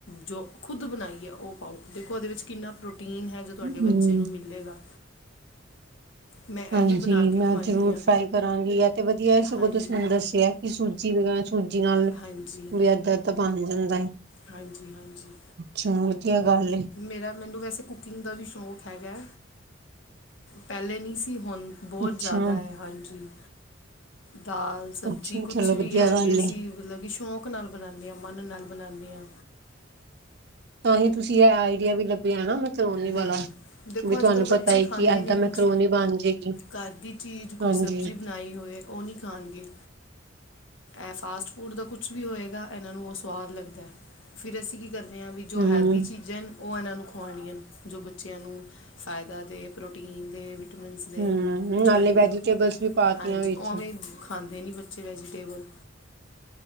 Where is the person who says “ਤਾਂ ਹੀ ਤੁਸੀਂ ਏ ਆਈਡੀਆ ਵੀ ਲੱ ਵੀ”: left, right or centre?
Right